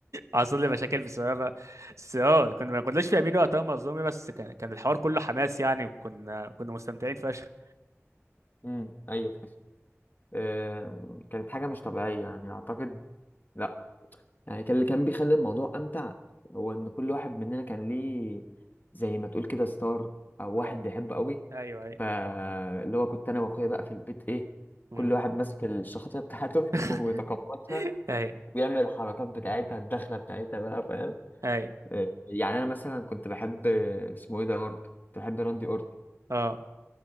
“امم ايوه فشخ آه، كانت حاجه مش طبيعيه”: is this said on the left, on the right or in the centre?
Left